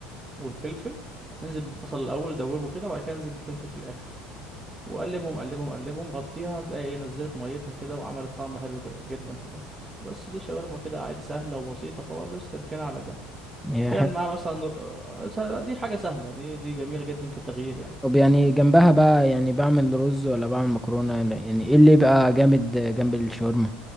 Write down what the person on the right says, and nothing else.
والفلفل ننزل بالبصل الأول دوبه كده بعد كده انزل بالفلفل في الآخر وقلبهم قلبهم قلبهم غطيها هتلاقي ايه نزلت ميتها كده وعملت طعم حلو ج- جدا في الاخر بس دي شاورما كده عادي سهله وبسيطه خالص تركنها على جنب
تعمل معاها مثلا نر- آه، سهلة- دي حاجه سهله دي دي جميله جدا كتغيير يعني